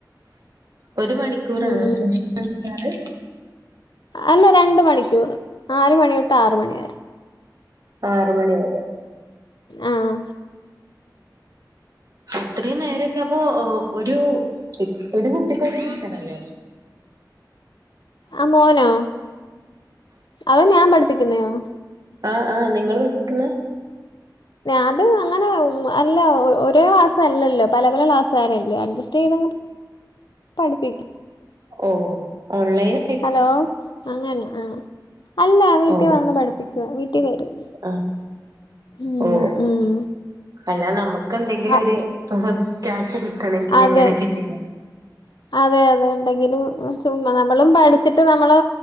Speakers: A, on the right; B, on the left.
A: ഒരു മണിക്കൂറാണോ
B: ഉം
A: ട്യൂഷനെടുക്കാറ്?
B: അല്ല രണ്ട് മണിക്കൂറ് നാല് മണി തൊട്ട് ആറ് മണിവരെ
A: ആറ് മണി വരെ
B: ആഹ്
A: അത്രയും നേരൊക്കെ അപ്പൊ ഒരു ഒരു കുട്ടിക്ക് ഒരു ടീച്ചറല്ലേ
B: ആ മോനോ അതോ ഞാൻ പഠിപ്പിക്കുന്നയോ
A: ആഹ് ആഹ് നിങ്ങള് പഠിപ്പിക്കുന്നെ
B: അത് അങ്ങനെഅല്ല ഒരേ ക്ലാസ് അല്ലല്ലോ പല പല ക്ലാസുകാരല്ലേ അഡ്ജസ്റ്റ് ചെയ്തങ്ങ് പടിപ്പിക്കും
A: ഓഹ് ഓൺലൈന
B: ഹലോ അങ്ങനെ ആ അല്ല വീട്ടി
A: ഓ
B: വന്ന് പഠിപ്പിക്കുവ വീട്ടി വരും
A: ആ
B: ഉം
A: ഓ
B: ഉം
A: അല്ല നമുക്ക് എന്തെങ്കിലൊര്
B: അ
A: ക്യാഷ് കിട്ടണെങ്കില്
B: അതെ
A: ഇങ്ങനൊക്കെ ചെയ്യണം
B: അതെ അതെ എന്തെങ്കിലും ചുമ്മാ നമ്മളും പഠിച്ചി ട്ട് നമ്മള്